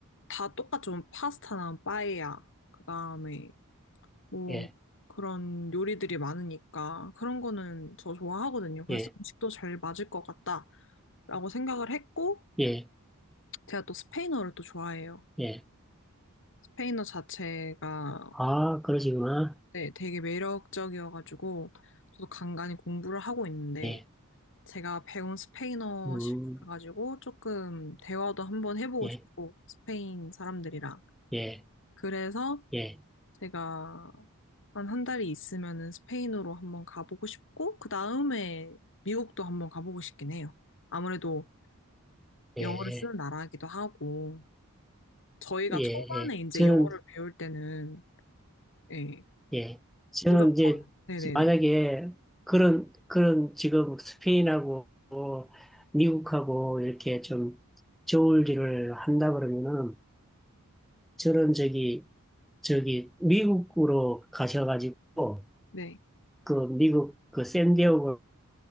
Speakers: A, on the left; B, in the centre.
A: 다 똑같죠. 뭐 파스타나 빠에야. 그 다음에 뭐
B: 예,
A: 그런 요리들이 많으니까 그런 거는 저 좋아하거든요. 그래서
B: 예,
A: 음식도 잘 맞을 것 같다라고 생각을 했고
B: 예,
A: 제가 또 스페인어를 또 좋아해요.
B: 예.
A: 스페인어 자체가
B: 아, 그러시구나.
A: 네, 되게 매력적이어가지고 저도 간간히 공부를 하고 있는데
B: 예,
A: 제가 배운 스페인어
B: 음,
A: 실력을 가지고 조금 대화도 한번 해보고
B: 예,
A: 싶고 스페인 사람들이랑
B: 예,
A: 그래서
B: 예,
A: 제가 한 한 달이 있으면은 스페인으로 한번 가보고 싶고 그 다음에 미국도 한번 가보고 싶긴 해요. 아무래도
B: 예,
A: 영어를 쓰는 나라이기도 하고 저희가
B: 예,
A: 초반에
B: 예.
A: 이제
B: 저는
A: 영어를 배울 때는 예,
B: 예. 저는
A: 무조건
B: 이제
A: 네네네
B: 만약에 그런, 그런 지금 스페인하고 미국하고 이렇게 좀 좋을 일을 한다 그러면은 저는 저기, 저기 미국으로 가셔가지고
A: 네
B: 그 미국 그 샌디에고나